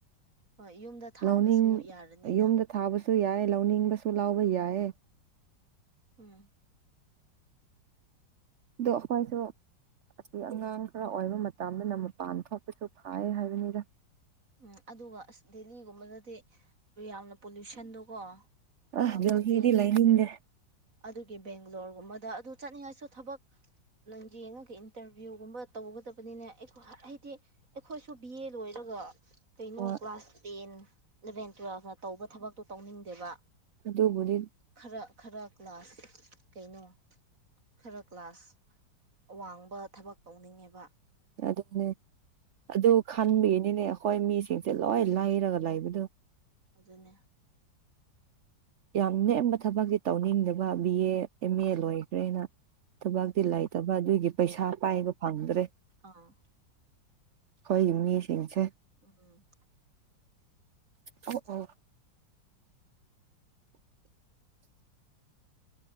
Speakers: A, on the right; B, on the right.
A: ꯍꯣꯏ ꯌꯨꯝꯗ ꯊꯥꯕꯁꯨ
B: ꯂꯧꯅꯤꯡ
A: ꯌꯥꯔꯅꯤꯅ
B: ꯌꯨꯝꯗ ꯊꯥꯕꯁꯨ ꯌꯥꯏ ꯂꯧꯅꯤꯡꯕꯁꯨ ꯂꯥꯎꯕ ꯌꯥꯏ
A: ꯎꯝ
B: ꯑꯗꯨ ꯍꯣꯏꯁꯨ ꯑꯁꯤ ꯑꯉꯥꯡ ꯈꯔ ꯑꯣꯏꯕ ꯃꯇꯝꯗꯅ ꯃꯄꯥꯟ ꯊꯣꯛꯄꯁꯨ ꯐꯥꯏ ꯍꯥꯏꯕꯅꯤꯗ
A: ꯎꯝ ꯑꯗꯨꯒ ꯑꯁ ꯗꯦꯜꯂꯤꯒꯨꯝꯕꯗꯗꯤ ꯌꯥꯝꯅ ꯄꯣꯂꯨꯁꯟꯗꯣꯀꯣ
B: ꯑ
A: ꯌꯥꯝ
B: ꯌꯧꯍꯤꯗꯤ
A: ꯐꯠꯇꯦ
B: ꯂꯩꯅꯤꯡꯗꯦ
A: ꯑꯗꯨꯒꯤ ꯕꯦꯡꯒ꯭ꯂꯣꯔꯒꯨꯝꯕꯗ ꯑꯗꯨ ꯆꯠꯅꯤꯡꯉꯥꯏꯁꯨ ꯊꯕꯛ ꯅꯪ ꯌꯦꯡꯉꯒ ꯏꯟꯇꯔꯚꯤꯌꯨꯒꯨꯝꯕ ꯇꯧꯒꯗꯕꯅꯤꯅ ꯑꯩ ꯍꯥꯏꯗꯤ ꯑꯩꯈꯣꯏꯁꯨ ꯕꯤ ꯑꯦ ꯂꯣꯏꯔꯒ ꯀꯩꯅꯣ
B: ꯍꯣꯏ
A: ꯀ꯭ꯂꯥꯁ ꯇꯦꯟ ꯏꯂꯚꯦꯟ ꯇꯨꯋꯦꯜꯐꯅ ꯇꯧꯕ ꯊꯕꯛꯇꯣ ꯇꯧꯅꯤꯡꯗꯦꯕ
B: ꯑꯗꯨꯕꯨꯅꯤ
A: ꯈꯔ ꯈꯔ ꯀ꯭ꯂ ꯀꯩꯅꯣ ꯈꯔ ꯀ꯭ꯂꯥꯁ ꯑꯋꯥꯡꯕ ꯊꯕꯛ ꯇꯧꯅꯤꯡꯉꯦꯕ
B: ꯑꯗꯨꯅꯦ ꯑꯗꯨ ꯈꯟꯕꯒꯤꯅꯤꯅꯦ ꯑꯩꯈꯣꯏ ꯃꯤꯁꯤꯡꯁꯦ ꯂꯣꯏ ꯂꯩꯔꯒ ꯂꯩꯕꯗꯣ
A: ꯑꯗꯨꯅꯦ
B: ꯌꯥꯝ ꯅꯦꯝꯕ ꯊꯕꯛꯇꯤ ꯇꯧꯅꯤꯡꯗꯕ ꯕꯤ ꯑꯦ ꯑꯦꯝ ꯑꯦ ꯂꯣꯏꯈ꯭ꯔꯦꯅ ꯊꯕꯇꯤ
A: ꯎꯝ
B: ꯂꯩꯇꯕ ꯑꯗꯨꯒꯤ ꯄꯩꯁꯥ ꯄꯥꯏꯕ ꯐꯪꯗ꯭ꯔꯦ
A: ꯑꯥ
B: ꯑꯩꯈꯣꯏꯒꯤ ꯃꯤꯁꯤꯡꯁꯦ
A: ꯎꯝ
B: ꯑ ꯑ